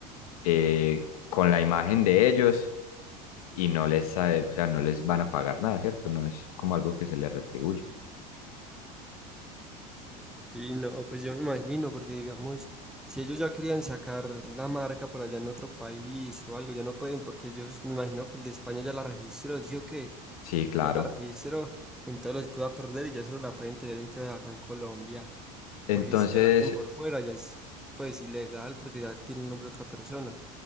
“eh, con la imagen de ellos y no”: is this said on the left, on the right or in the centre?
Left